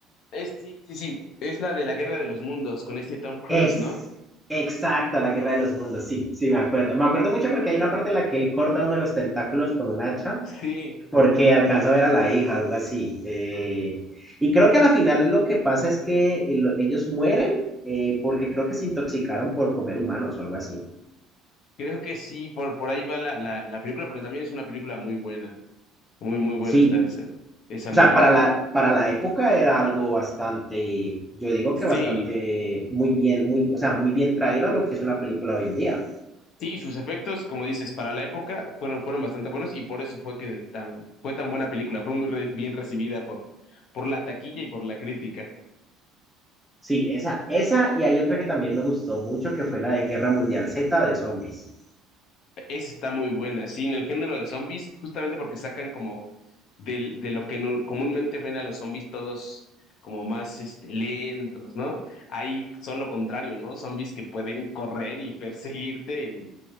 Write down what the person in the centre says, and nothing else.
es
exacta la Guerra de los Mundos, sí, sí, me acuerdo. Me acuerdo mucho porque hay una parte en la que él corta uno de los tentáculos con un hacha
porque alcanza a ver a la hija, algo así. Eh, y creo que a la final lo que pasa es que el- ellos mueren eh, porque creo que se intoxicaron por comer humanos o algo así.
Sí,
o
sea, para la, para la época era algo bastante, yo digo que bastante,
muy bien, muy, o sea, muy bien traído a lo que es una película hoy en día.
Sí, esa, esa, y hay otra que también me gustó mucho, que fue la de Guerra Mundial Z de zombies.